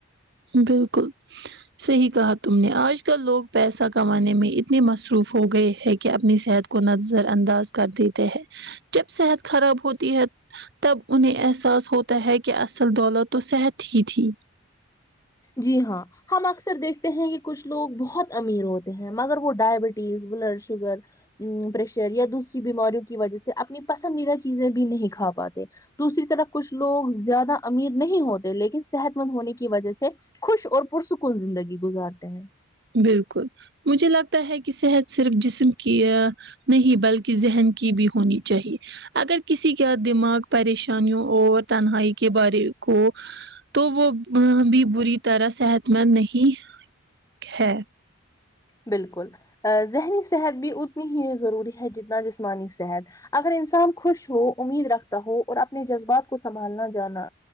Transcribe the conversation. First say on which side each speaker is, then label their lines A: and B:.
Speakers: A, on the right; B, on the left.
A: بالکل صحیح کہا تم نے آج کل لوگ پیسہ کمانے میں اتنے مصروف ہو گئے ہیں کہ اپنی صحت کو نظر انداز کر دیتے ہیں جب صحت خراب ہوتی ہے تب انہیں احساس ہوتا ہے کہ اصل دولت تو صحت ہی تھی
B: جی ہاں ہم اکثر دیکھتے ہیں کہ کچھ لوگ بہت امیر ہوتے ہیں مگر وہ ڈائبٹیز بلڈ شوگر پریشر یا دوسری بیماریوں کی وجہ سے اپنی پسندیدہ چیزیں بھی نہیں کھا پاتے دوسری طرف کچھ لوگ زیادہ امیر نہیں ہوتے لیکن صحت مند ہونے کی وجہ سے خوش اور پرسکون زندگی گزارتے ہیں
A: بالکل مجھے لگتا ہے کہ صحت صرف جسم کی یہ نہیں بلکہ ذہن کی بھی ہونی چاہیے اگر کسی کا دماغ پریشانیوں اور تنہائی کے بارے کو تو وہ بھی بری طرح صحت مند نہیں ہیں
B: بالکل ذہنی صحت بھی اتنی ہی ضروری ہے جتنا جسمانی صحت اگر انسان خوش ہو امید رکھتا ہو اور اپنے جذبات کو سنبھالنا جانا